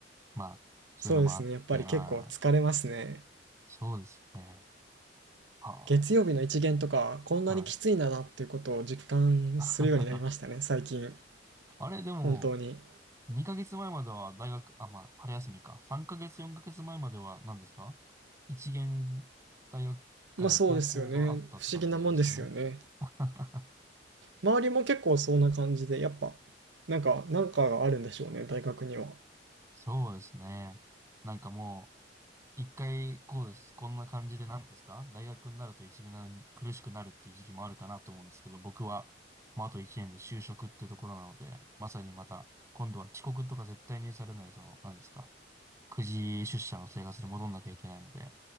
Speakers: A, on the right; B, on the right.
A: まあそういうのもあって、
B: そうですね。やっぱり結構疲れますね。
A: ああ、そうですよね。は
B: 月曜日の一限とか、こんなにきついんだなっていうことを実感するようになりましたね、
A: あ、はい。<laughs>
B: 最近。
A: あれ、でも
B: 本当に。
A: 2ヶ月前まえまでは大学、あ、まあ春休みか。3ヶ月、4ヶ月前まえまでは何ですか一限大学、あ高校があったって感じですよね。
B: まあそうですよね。不思議なもんですよね。
A: <laughs>
B: 周りも結構そんな感じで、やっぱ、なんか、なんかがあるんでしょうね、大学には。
A: そうですね。なんかもう、一回こうです。こんな感じで、なんですか大学になると一年苦しくなるっていう時期もあるかなと思うんですけど、僕は、まあ、あと一年で就職ってところなので、まさにまた、今度は遅刻とか絶対に許されない、その、なんですかくじ出社の生活に戻んなきゃいけないので、